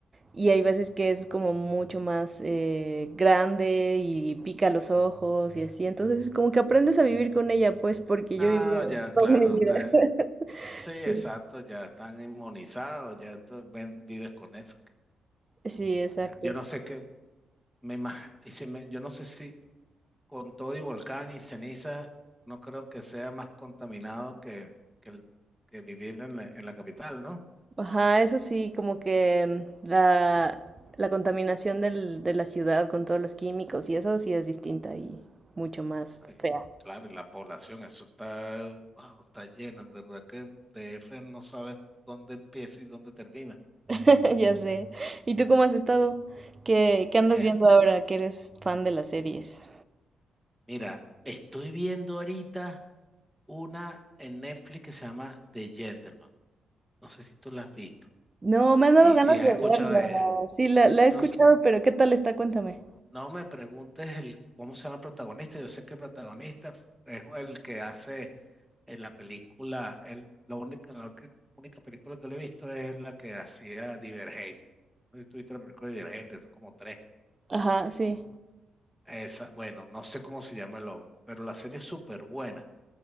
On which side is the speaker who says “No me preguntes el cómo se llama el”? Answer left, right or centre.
Centre